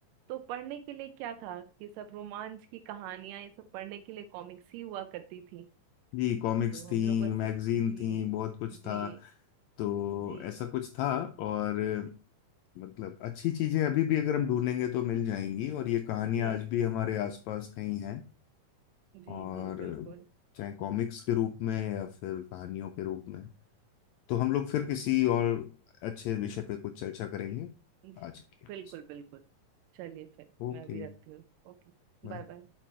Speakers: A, on the right; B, on the left.
A: तो पढ़ने के लिए क्या था ये सब रोमांच की कहानियां ये सब पढ़ने के लिए कॉमिक्स ही हुआ करती थी
B: जी कॉमिक्स
A: तो हम
B: थी
A: लोग बस
B: मैगजीन
A: इस जी
B: थी बहुत कुछ
A: जी
B: था तो
A: जी
B: ऐसा कुछ था और मतलब अच्छी चीजें अभी भी अगर हम ढूंढेंगे तो मिल जाएंगी और ये कहानियां
A: जी
B: आज भी हमारे आसपास कहीं हैं
A: जी
B: और
A: जी बिल्कुल
B: चाहे कॉमिक्स के रूप में या फिर कहानियों के रूप में तो हम लोग फिर किसी और अच्छे विषय पे कुछ चर्चा करेंगे
A: जी
B: आज के लिए
A: बिल्कुल बिल्कुल चलिए फिर
B: ओके
A: मैं भी रखती हूँ ओके
B: बाय
A: Bye bye